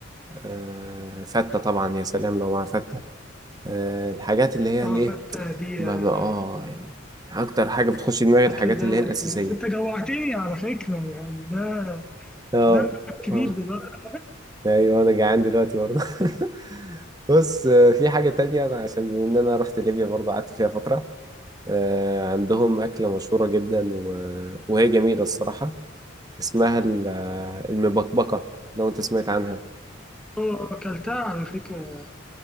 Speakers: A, on the right (about 20°); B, in the centre.
A: آه، فته طبعا يا سلام لو مع فته آه، الحاجات اللي هي
B: اه
A: الايه
B: فتة دي
A: ما
B: آه،
A: ما اه يعني اكتر حاجه بتخش دماغي
B: اكل
A: الحاجات
B: ده
A: اللي هي الاساسيه
B: يعني انت جوعتني على فكرة يعني ده
A: اه
B: ذنبك كبير
A: اه
B: دلوقتي
A: ايوه انا جعان دلوقتي برضه <laughs> بص آه، في حاجه تانية أنا عشان بما ان انا رحت ليبيا برضه قعدت فيها فتره آه، عندهم أكلة مشهورة جدا و... وهي جميلة الصراحة اسمها ال- آه، المبكبكة لو أنت سمعت عنها
B: اه اكلتها على فكرة